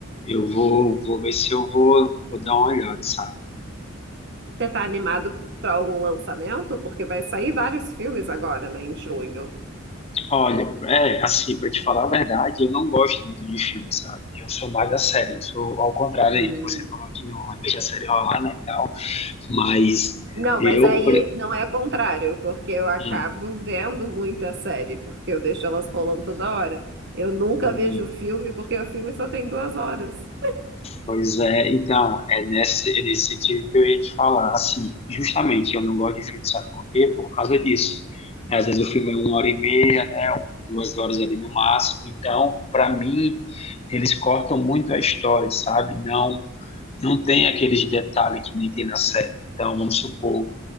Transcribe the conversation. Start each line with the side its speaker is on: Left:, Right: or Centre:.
Left: Eu vou, vou ver se eu vou, vou dar uma olhada, sabe?
Right: Você tá animado para algum lançamento? Porque vai sair vários filmes agora, né, em junho.
Left: Olha, é, assim, para te falar a verdade, eu não gosto muito de filme, sabe? Eu sou mais da série, eu sou ao contrário
Right: Hum.
Left: aí, que você falou que não <laughs> deixa a série rolar, né, e tal, mas...
Right: Não,
Left: Eu,
Right: mas aí não é contrário, porque eu acabo
Left: Hum.
Right: vendo muita série, porque eu deixo elas rolando toda hora. Eu nunca
Left: Hum,
Right: vejo filme, porque o filme só tem duas horas.
Left: Pois é, então, é nesse, é nesse sentido que eu ia te falar. Assim, justamente, eu não gosto de filme, sabe por quê? Por causa disso. É, Às vezes o filme é uma hora e meia, né? Duas horas ali no máximo. Então, para mim, eles cortam muito a história, sabe? Não, não tem aqueles detalhes que nem tem na série. Então, vamos supor.